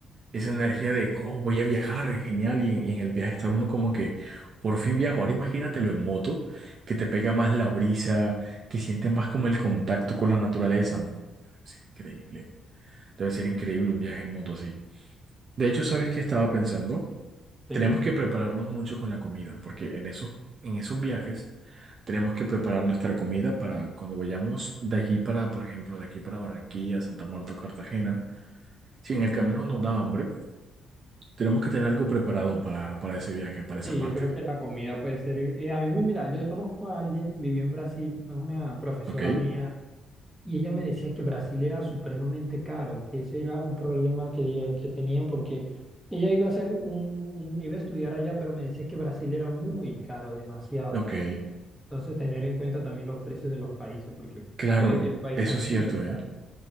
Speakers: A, on the right; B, in the centre.
A: esa energía de, oh, voy a viajar, es genial, y en, en el viaje estar uno como que, por fin viajo. Ahora imagínatelo en moto, que te pega más la brisa, que sientes más como el contacto con la naturaleza, no, debe ser increíble, debe ser increíble un viaje en moto así. De hecho, ¿sabes qué estaba pensando?
B: sí.
A: Tenemos que prepararnos mucho con la comida, porque en esos, en esos viajes tenemos que preparar nuestra comida para cuando vayamos de aquí para, por ejemplo, de aquí para Barranquilla, Santa Marta o Cartagena. Si en el camino nos da hambre, tenemos que tener algo preparado para, para ese viaje, para esa
B: Sí,
A: parte.
B: yo creo que la comida puede ser. eh, a mí me mira, yo conozco a alguien, vivió en Brasil, es una profesora
A: ¿Ok?
B: mía, y ella me decía que Brasil era supremamente caro, que ese era un problema que, ella- que tenían, porque ella iba a hacer un, un- iba a estudiar allá, pero me decía que Brasil era muy caro, demasiado.
A: Ok.
B: Entonces, tener en cuenta también los precios de los países, porque
A: Claro,
B: puede que un país
A: eso
B: sea
A: es
B: súper
A: cierto,
B: caro.
A: ¿eh?